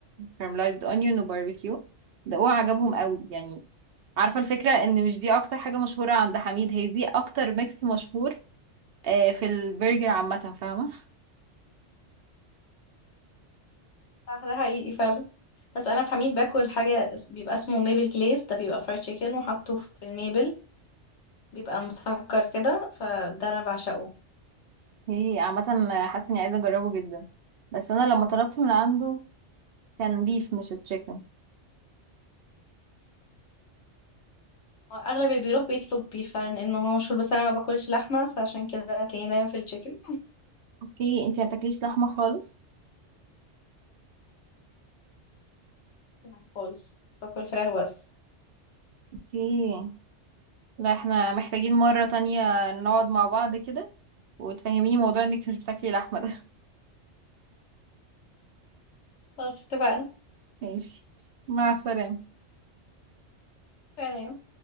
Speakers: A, on the right; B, on the left.
A: كارملايزد اونيون وباربيكيو ده هو عجبهم قوي يعني عارفة الفكرة ان مش دي اكتر حاجة مشهورة عند حميد هي دي اكتر ميكس مشهور آه، في البرجر عامة فاهمة
B: صح ده حقيقي فعلا بس انا في حميد باكل حاجة اس- بيبقى اسمه ميبل جليز ده بيبقى فرايد تشيكن وحطه في الميبل بيبقى مسكر كده فده انا بعشقه
A: هي عامة آه، حاسة اني عايزة اجربه جدا بس انا لما طلبت من عنده كان بيف مش تشيكن
B: اغلب اللي بيروح بيطلب بيف لانه هو مشهور بس انا ما باكلش لحمه فعشان كده هتلاقيني دايما في التشيكن
A: اوكي انتي ما بتاكليش لحمة خالص
B: <laughs> خالص باكل فراخ بس
A: اوكي لا احنا محتاجين مرة تانية نقعد مع بعض كده وتفهميني موضوع انك مش بتاكلي لحمة ده
B: خلاص اتفقنا
A: <laughs> ماشي مع السلامة
B: سلام